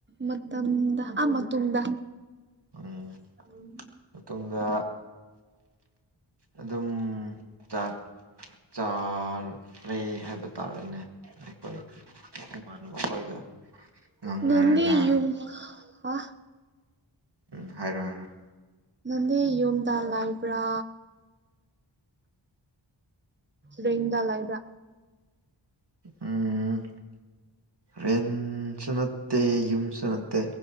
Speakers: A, on the right; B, on the right.
A: ꯃꯇꯝꯗꯥ ꯑꯥ ꯃꯇꯨꯡꯗ
B: ꯎꯝ
A: ꯎꯝ
B: ꯃꯇꯨꯡꯗ ꯑꯗꯨꯝ ꯆꯥꯛ ꯆꯥ ꯔꯦ ꯍꯥꯏꯕ ꯇꯥꯔꯦꯅꯦ ꯑꯩꯈꯣꯏ ꯏꯃꯥꯟꯅꯕ ꯈꯣꯏꯒ ꯉꯥꯡꯅꯔꯒ
A: ꯅꯗꯤ ꯌꯨꯝ ꯑ
B: ꯎꯝ ꯍꯥꯏꯔꯣ ꯍꯥꯏꯔꯣ
A: ꯅꯪꯅꯦ ꯌꯨꯝꯗ ꯂꯩꯥꯏꯕ꯭ꯔꯥ ꯔꯦꯡꯗꯥ ꯂꯥꯏꯕ꯭ꯔ
B: ꯎꯝ ꯔꯦꯟꯁꯤꯅ ꯇ ꯌꯨꯝꯁꯨ ꯅꯠꯇꯦ